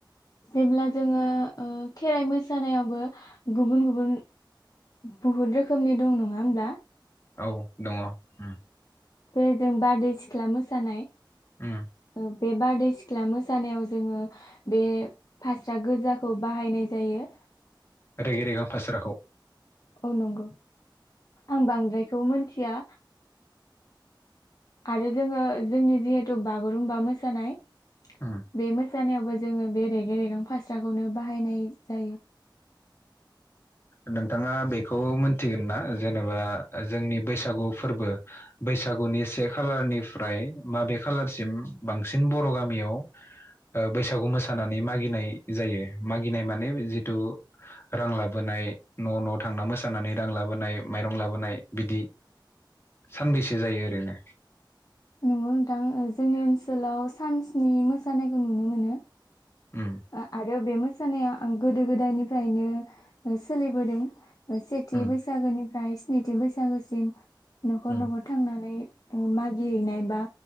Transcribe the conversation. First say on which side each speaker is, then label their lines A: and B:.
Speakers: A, on the left; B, on the left.
A: जेब्ला जोङो ओ खेराइ मोसानायावबो गुबुन गुबुन बहुत रोखोमनि दं नङा होमब्ला
B: औ दङ उम
A: बे जों बारदै सिख्ला मोसानाय
B: उम
A: ओ बे बारदै सिख्ला मोसानायाव जोङो बे फास्रा गोजाखौ बाहायनाय जायो।
B: रेगे रेगां फास्राखौ
A: औ नंगौ आं बांद्रायखौ मिथि या आरो जोङो जोंनि जिहेथु बागुरुमबा मोसानाय।
B: उम
A: बेमोन जानायावबो जोङो बे रेगें रेगें फास्राखौनो बाहायनाय जायो।
B: नोंथाङा बेखौ मोनथिगोन ना जेनेबा जोंनि बैसागु फोरबो उम बैसागुनि से खालारनिफ्राय माबे खालारसिम बांसिन बर गामियाव बैसागु मोसानानै मागिनाय जायो मागिनाय माने जिथु रां लाबोनाय न न थांना मोसानानै रां लाबोनाय माइरं लाबोनाय बिदि सानबैसो जायो ओरैनो
A: नंगौ नोंथां जोंनि ओनसोलाव सानस्नि मोसानायखौ नुनो मोनो।
B: उम
A: आ आरो बे मोसानाया आं गोदो गोदायनिफ्रायनो सोलिबोदों। सेथि
B: उम
A: बैसागोनि ओमफ्राय स्निथि बैसागोसिम नखर
B: उम
A: नखर थांनानै मागिहैनाय बा